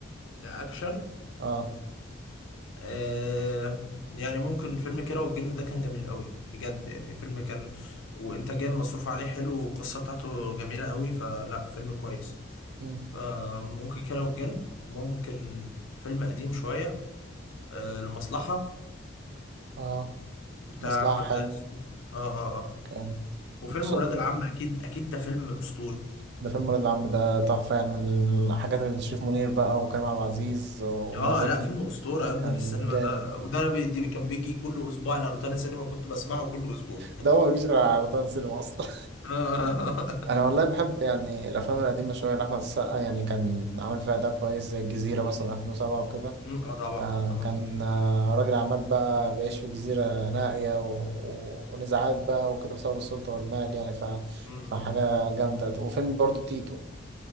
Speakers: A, on the left (about 80°); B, on the right (about 55°).
A: ده اكشن
B: اه
A: آه يعني ممكن فيلم كيرة والجن ده كان جميل قوي بجد يعني فيلم كان وانتاجيا مصروف عليه حلو والقصه بتاعته جميله قوي فلا فيلم كويس
B: مم.
A: فممكن كيرة والجن ممكن فيلم قديم شويه آه، المصلحة
B: اه
A: بتاع
B: مصلحه
A: احمد
B: حلو
A: عز اه اه اه
B: كان
A: وفيلم
B: بص
A: ولاد العم اكيد اكيد ده فيلم اسطوري
B: ده فيلم ولاد العم ده تحفه يعني من الحاجات اللي شريف منير بقى وكريم عبد العزيز ومنى
A: اه
B: زكي
A: لا فيلم اسطوره يا ابني
B: كان
A: في السينما
B: جامد
A: ده وده أنا بي دي كان بيجي كل اسبوع على روتانا سينما كنت بسمعه كل اسبوع
B: ده هو ما بيجيش غير على روتانا سينما اصلا
A: <laughs> اه
B: انا والله بحب يعني الافلام القديمه شويه لاحمد السقا يعني كان عامل فيها ده كويس زي الجزيره مثلا 2007 وكده
A: أمم، آه طبعا
B: آه
A: اه
B: كان آه راجل اعمال بقى بيعيش في جزيره نائيه و... و... ونزاعات بقى وكده بسبب السلطه والمال يعني ف...
A: أمم.
B: فحاجه جامده وفيلم برضو تيتو